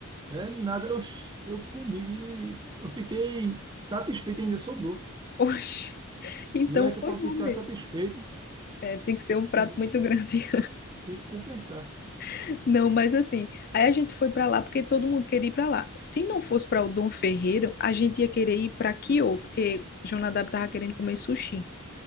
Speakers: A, on the right (about 20°); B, on the left (about 45°).
A: É nada, eu, eu comi e eu fiquei satisfeito, ainda sobrou.
B: <laughs> Oxe, então
A: E eu é
B: foi
A: que para
B: bom
A: ficar
B: mesmo.
A: satisfeito,
B: É, tem que ser
A: tem
B: um
A: que
B: prato
A: comer,
B: muito grande.
A: tem que compensar.
B: <laughs> Não, mas assim, aí a gente foi para lá porque todo mundo queria ir para lá. Se não fosse para o Dom Ferreiro, a gente ia querer ir para Kyo, porque Jonadab tava querendo comer sushi.